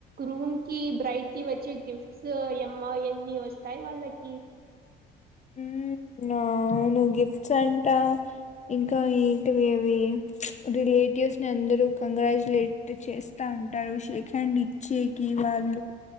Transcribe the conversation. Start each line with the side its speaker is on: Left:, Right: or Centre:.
Right: రూమ్ కి బ్రైట్ కి వచ్చి గిఫ్ట్స్ ఏమ్మా ఎన్నీ వస్తాయి వాళ్ళకి
Left: ఉమ్మ్ అవును గిఫ్ట్స్ అంటా ఇంకా ఏంటివి అవి రిలేటివ్స్ని అందరూ కంగ్రాచ్యులేట్. చేస్తా ఉంటారు షేక్ హ్యాండ్ ఇచ్చేకి వాళ్ళు